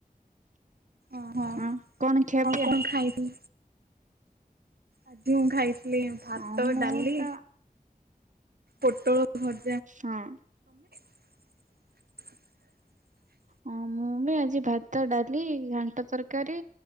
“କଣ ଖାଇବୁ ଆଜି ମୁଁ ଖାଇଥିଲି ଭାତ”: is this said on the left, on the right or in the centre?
Right